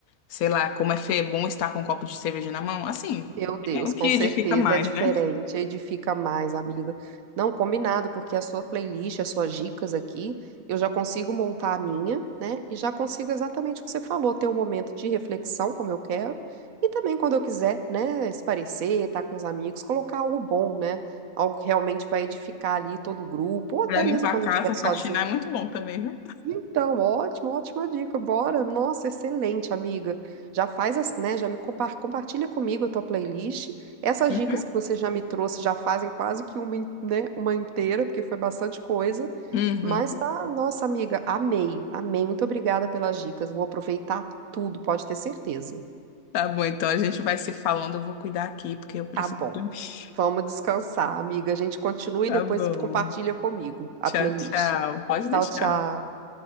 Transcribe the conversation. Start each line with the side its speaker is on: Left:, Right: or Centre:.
Left: sei lá, como é fe- bom estar com um copo de cerveja na mão. Assim,
Right: Meu Deus,
Left: é o
Right: com
Left: que
Right: certeza
Left: edifica mais,
Right: é diferente,
Left: né?
Right: edifica mais, amiga. Não, combinado, porque a sua playlist, as suas dicas aqui, eu já consigo montar a minha, né? E já consigo exatamente o que você falou, ter um momento de reflexão, como eu quero, e também quando eu quiser, né, esparecer, estar com os amigos, colocar algo bom, né? Algo que realmente vai edificar ali todo o grupo, ou até
Left: Pra limpar
Right: mesmo quando
Left: a casa,
Right: eu estiver sozinha
Left: faxinar é muito bom também, viu?
Right: então, ótimo, ótima dica. Bora. Nossa, excelente, amiga. Já faz, as- né, já me compa- compartilha comigo a tua playlist. Essas
Left: Uhum.
Right: dicas que você já me trouxe já fazem quase que uma, in- né, uma inteira, porque foi bastante coisa.
Left: Uhum.
Right: Mas tá, nossa amiga, amei, amei. Muito obrigada pelas dicas. Vou aproveitar tudo, pode ter certeza.
Left: Tá bom, então a gente vai se falando. Eu vou cuidar aqui porque eu preciso
Right: Tá bom.
Left: dormir.
Right: Vamos
Left: <laughs>
Right: descansar, amiga. A gente continua
Left: Tá
Right: e depois
Left: bom.
Right: compartilha comigo a
Left: Tchau,
Right: playlist.
Left: tchau. Pode deixar.
Right: Tchau, tchau.